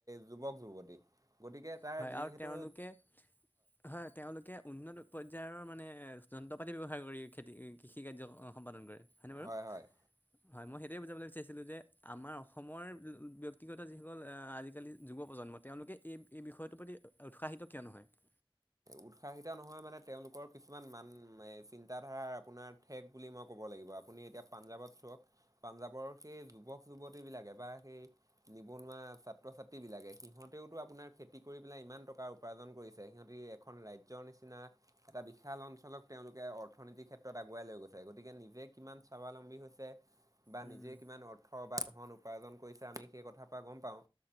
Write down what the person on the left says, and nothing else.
হয়
আৰু তেওঁলোকে হয় তেওঁলোকে উন্নত পৰ্যায়ৰ মানে এ, যন্ত্ৰ পাতি ব্যৱহাৰ কৰি খেতি কৃষি কাৰ্য সম্পাদন কৰে। হয়নে বাৰু
হয় মই সেইটোৱে বুজাবলৈ বিচাৰিছিলোঁ যে আমাৰ অসমৰ ব্যক্তিগত যিসকল আজিকালি যুৱ প্ৰজন্ম তেওঁলোকে এই এই বিষয়টোৰ প্ৰতি উৎসাহিত কিয় নহয়।
উম,